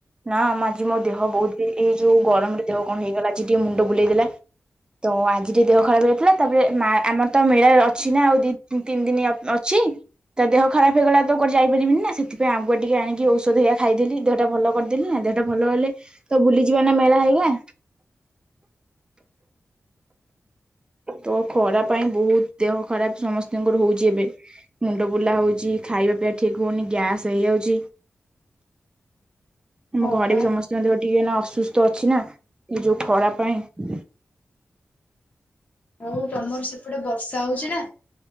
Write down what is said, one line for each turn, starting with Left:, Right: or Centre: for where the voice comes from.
Right: ନା ଆଜି ମୋ ଦେହ ବହୁତ ଏଇ ଯୋଉ ଗରମରେ ଦେହ କଣ ହେଇଗଲା ଆଜି। ଟିକେ ମୁଣ୍ଡ ବୁଲେଇ ଦେଲା ତ ଆଜି ଟିକେ ଦେହ ଖରାପ ହେ ଥିଲା ତାପରେ ମା ଆମର ତ ମେଳା। ଅଛି ନା ଆଉ ଦ ତିନି ଦିନ ଅଛି ତା ଦେହ ଖରାପ। ଫଗ ତ ଯାଇପାରିବିନି ନା ସେଥିପାଇଁ ଆଗକୁଆ ଟିକେ ଆଣିକି ଔଷଧ ହେଇଆ ଖାଇଦେଲି ଦେହଟା ଭଲ କରିଦେଲିି ନା ଦେହଟା ଭଲ ହେଲେ ତ ବୁଲିଯିବା ନା ମେଳା ହେଇଗା ତ ଖରା ପାଇଁ ବହୁତ। ଦେହ ଖରାପ ସମସ୍ତଙ୍କର ହଉଛି ଏବେ ମୁଣ୍ଡ ବୁଲା ହଉଛି ଖାଇବା ପିଇବା ଠିକ ହଉନି ଗ୍ୟାସ ହେଇଯାଉଛି। ଆମ
Left: ହଁ
Right: ଘରେ
Left: ପା।
Right: ବି ସମସ୍ତଙ୍କ ଦେ ଟିକେ ଅସୁସ୍ଥ ଅଛି ନା ଏ ଯୋଉ ଖରାପ। ପାଇଁ
Left: ଆଉ ତମର ସେପଟେ ବ ସହୁଛି ନା।